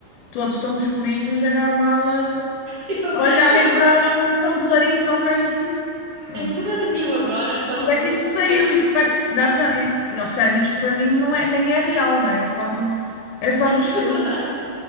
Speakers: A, on the left; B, on the right.
A: todos tão escurinhos, é normal eh,
B: Eu,
A: olharem
B: eu
A: para um tão clarinho, tão branquinho. Eles,
B: É verdade,
A: o que é
B: eu
A: isto?
B: agora, quando.
A: Onde é que isto saiu?
B: quando
A: Isto, pa- nós, pen- e- e- eles, "Cara, isto para mim não é, nem é real, não é? É só nos, é só
B: <laughs> é
A: nos filmes.
B: verdade.